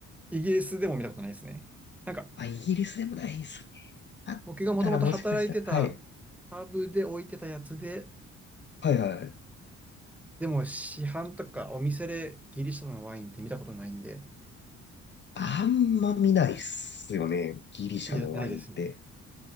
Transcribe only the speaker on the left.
あ、イギリスでもないんすね。あったらもしかしたら、
はい。
はいはいはい。
あんま見ないっすよね、ギリシャのワインって。